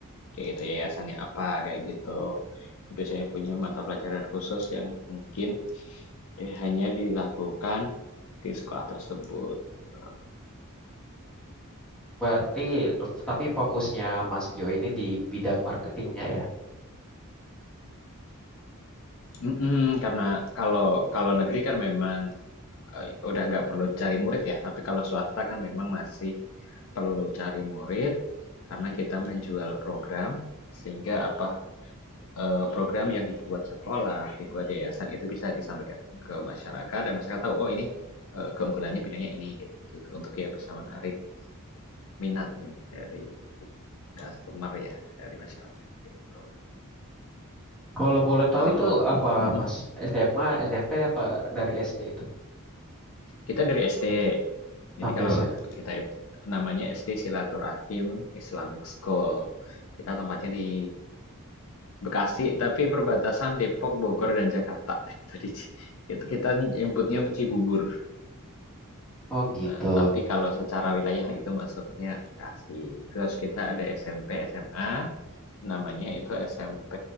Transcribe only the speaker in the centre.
Berarti, tapi fokusnya Mas Jo ini di bidang marketingnya ya.
Kalau boleh tahu
itu apa
Mas? SMA, SMP apa dari SD itu
sampai
SMA?
Oh gitu.